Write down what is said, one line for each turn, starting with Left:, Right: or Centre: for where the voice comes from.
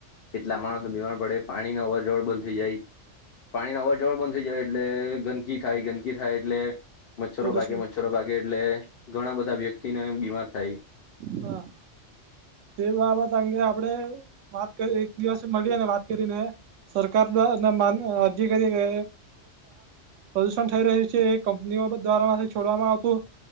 Left: કેટલા માણસો બીમાર પડે. પાણી ન અવર જવર બંધ થઈ જાય. પાણી ન અવા જવળ બંધ થઈ જાય એટલે ગંદકી થાય ગંદકી થાય એટલે. મચ્છરો
Right: પ્રદુષણ
Left: પાકે મચ્છરો પાકે એટલે ઘણા બધા વ્યક્તિ ને બીમાર થાય.
Right: હા. તે બાબત અંગે આપડે વાત કરી એક દિવસ મળીએ ને વાત કરીને. સરકાર ના ના માન અધિકારી જે પ્રદુષણ થઈ રહ્યું છે એ કંપનીઓ દ્વારા થી છોડવામાં આવતું.